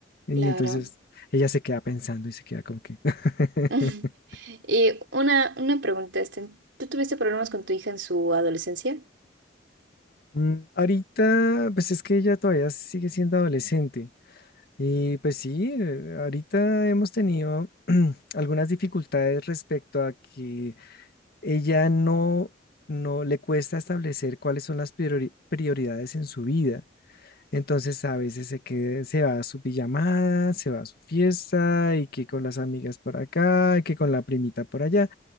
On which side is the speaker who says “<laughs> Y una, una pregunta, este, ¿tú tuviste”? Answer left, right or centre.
Right